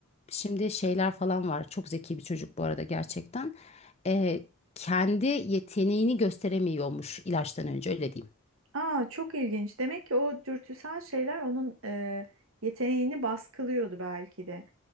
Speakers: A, on the left (about 30°); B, on the right (about 60°).
A: Şimdi şeyler falan var. Çok zeki bir çocuk bu arada gerçekten. Ee, kendi yeteneğini gösteremiyormuş ilaçtan önce öyle diyeyim.
B: Aa, çok ilginç. Demek ki o dürtüsel şeyler onun e, yeteneğini baskılıyordu belki de.